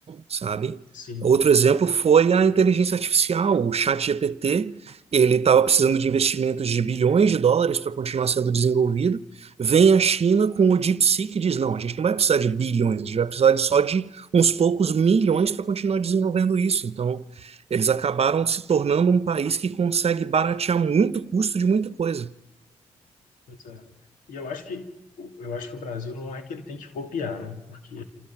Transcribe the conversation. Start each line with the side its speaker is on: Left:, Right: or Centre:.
Right: sabe?
Left: Sim.
Right: Outro exemplo foi a inteligência artificial, o ChatGPT, ele estava precisando de investimentos de bilhões de dólares para continuar sendo desenvolvido. Vem a China com o DeepSeek que diz: não, a gente não vai precisar de bilhões, a gente vai precisar de só de uns poucos milhões para continuar desenvolvendo isso. Então, eles acabaram se tornando um país que consegue baratear muito o custo de muita coisa.
Left: pois é. E eu acho que eu acho que o Brasil não é que ele tem que copiar, né? Porque